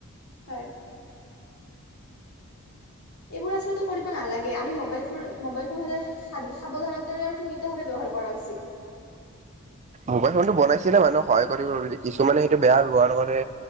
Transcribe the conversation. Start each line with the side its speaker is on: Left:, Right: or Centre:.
Left: হয়। এইবোৰ আচলতে কৰিব নালাগে, আমি মোবাইল ফোন, মোবাইল ফোন সদায় সাৱধানতাৰে আৰু সীমিতভাৱে ব্যৱহাৰ কৰা উচিত।
Right: মোবাইল ফোনটো বনাইছিলে মানুহক সহায় কৰিব বুলি, কিছুমানে সেইটো বেয়া ব্যৱহাৰ কৰে।